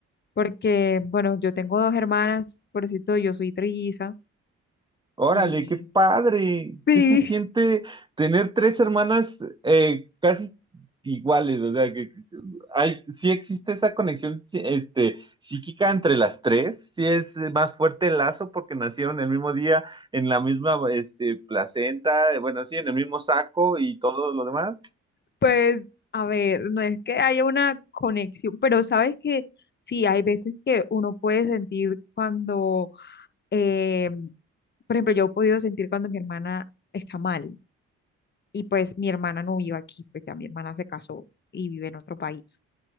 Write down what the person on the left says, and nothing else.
Porque, bueno, yo tengo dos hermanas, por cierto, yo soy trilliza.
Y
Sí,
pues a ver, no es que haya una conexión, pero sabes que sí, hay veces que uno puede sentir cuando, eh, por ejemplo, yo he podido sentir cuando mi hermana está mal y pues mi hermana no vive aquí, pues ya mi hermana se casó y vive en otro país.